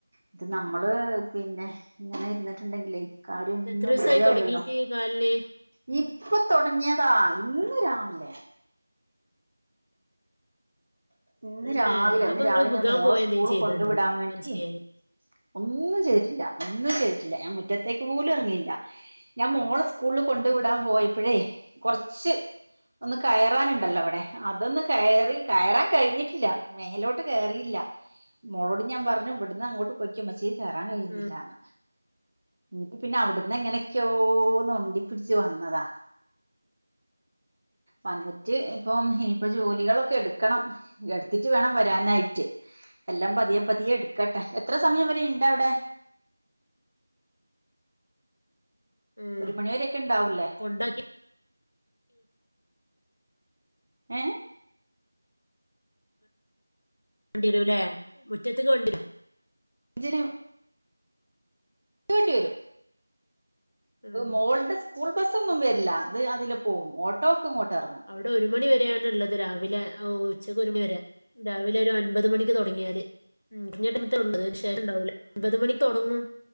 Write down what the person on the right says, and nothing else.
ഇത് നമ്മള് പിന്നെ ഇങ്ങനെ ഇരുന്നിട്ടുണ്ടെങ്കിലേ കാര്യൊന്നും
റെഡിയാവില്ലല്ലോ
ഈ ഇപ്പൊ തുടങ്ങിയതാ ഇന്ന് രാവിലെ ഇന്ന്
രാവിലെ
ഇന്ന്
രാവിലെ
ഞാൻ മോളെ
സ്കൂള്
കൊണ്ടു വിടാൻ വേണ്ടി
ഒന്നും ചെയ്തിട്ടില്ല ഒന്നും ചെയ്തിട്ടില്ല ഞാൻ മുറ്റത്തേക്ക് പോലും ഇറങ്ങിയില്ല ഞാൻ മോളെ സ്കൂളില് കൊണ്ടുവിടാൻ പോയപ്പോഴേ കുറച്ച് ഒന്ന് കയറാനുണ്ടല്ലോ അവിടെ അതൊന്ന് കയറി കയറാൻ കഴിഞ്ഞിട്ടില്ല മേലോട്ട് കേയറിയില്ല മോളോട് ഞാൻ പറഞ്ഞു ഇവിടുന്ന് അങ്ങോട്ട് പൊയ്ക്കൊ മ്മച്ചീ കേറാൻ കഴിയുന്നില്ലന്ന്
ഞ്ഞി പിന്നെ അവിടുന്ന് എങ്ങനൊക്കെയോ നോണ്ടി പിടച്ച് വന്നതാ വന്നിട്ട് ഇപ്പം ഇനിയിപ്പ ജോലികളൊക്കെ എടുക്കണം എടുത്തിട്ട് വേണം വരാനായിട്ട് എല്ലാം പതിയെ
പതിയെ എടുക്കട്ടെ എത്ര സ് സമയം വരെ ഇണ്ട് അവിടെ
ഒരു മണി വരൊക്കെ ഉണ്ടാവൂല്ലേ
ഏഹ്
അച്നു ഇ വേണ്ടി വരും
മോൾഡ സ് ക്കൂൾ ബസ്സൊന്നും വരില്ല ഇത് അതിലെ പോവും ഓട്ടോ ഇങ്ങോട്ട് ഇറങ്ങും